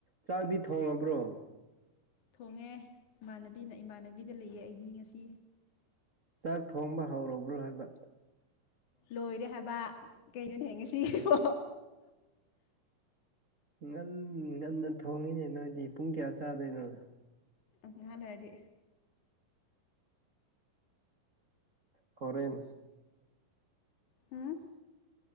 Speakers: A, on the right (about 70°); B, on the left (about 60°).
A: ꯆꯥꯛꯗꯤ ꯊꯣꯡꯉꯕ꯭ꯔꯣ
B: ꯊꯣꯡꯉꯦ ꯏꯃꯥꯟꯅꯕꯤꯅ ꯏꯃꯥꯟꯅꯕꯤꯗ ꯂꯩꯌꯦ ꯑꯩꯗꯤ ꯉꯁꯤ
A: ꯆꯥꯛ ꯊꯣꯡꯕ ꯍꯧꯔꯕ꯭ꯔꯣ ꯍꯥꯏꯕ
B: ꯂꯣꯏꯔꯦ ꯍꯥꯏꯕ ꯀꯩꯅꯣ ꯍꯦ ꯉꯁꯤꯁꯤꯕꯣ
A: ꯉꯟ ꯉꯟꯅ ꯊꯣꯡꯉꯤꯅꯦ ꯅꯣꯏꯗꯤ ꯄꯨꯡ ꯀꯌꯥ ꯆꯥꯗꯣꯏꯅꯣ
B: ꯉꯍꯥꯛ ꯂꯩꯔꯗꯤ
A: ꯍꯣꯔꯦꯟ
B: ꯍꯥ